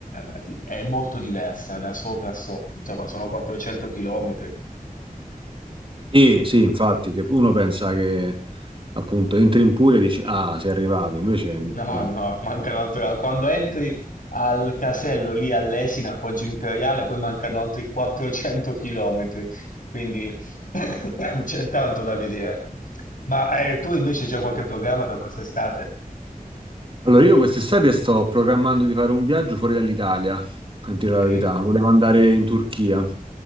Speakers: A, on the left; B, on the right.
A: eh, di- è molto diversa da sopra a sotto, insomma, sono 400 km.
B: Sì, sì, infatti, che uno pensa che appunto entri in Puglia e dici, ah, sei arrivato, invece...
A: No,
B: ma-
A: no, mancano altri. Quando entri al casello lì all'Esina, a Poggio Imperiale, poi mancano altri 400 km, quindi <coughs> c'è tanto da vedere. Ma eh, tu invece hai già qualche programma per quest'estate?
B: Allora, io quest'estate sto programmando di fare un viaggio fuori dall'Italia, a dire la
A: Sì,
B: verità. Volevo andare in Turchia